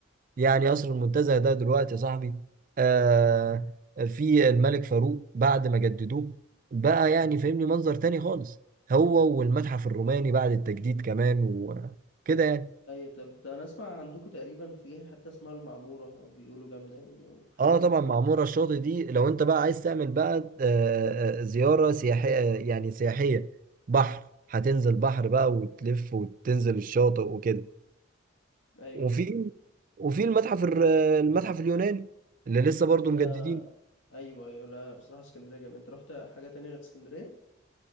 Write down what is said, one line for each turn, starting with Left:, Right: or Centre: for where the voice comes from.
Right: يعني قصر المنتزه ده دلوقتي يا صاحبي آه في الملك فاروق بعد ما جددوه بقى يعني فاهمني منظر تاني خالص هو والمتحف الروماني بعد التجديد كمان وكده يعني
Left: أيوة طب ده أنا أسمع عندكم تقريبا في حتة اسمها المعمورة بيقولوا جامدة يعني أو حاجة
Right: اه
Left: زي-
Right: طبعا معمورة الشاطئ دي لو انت بقى عايز تعمل بقى آه آه، آه، زيارة سياحية يعني سياحية بحر هتنزل بحر بقى وتلف وتنزل الشاطئ وكده
Left: أيوة
Right: وفي
Left: فاهم
Right: وفي المتحف الر- المتحف اليوناني اللي لسه
Left: طب
Right: برضه
Left: أنت
Right: مجددين
Left: أيوة أيوة لا بصراحة اسكندرية جامدة أنت رحت حاجة تانية غير اسكندرية؟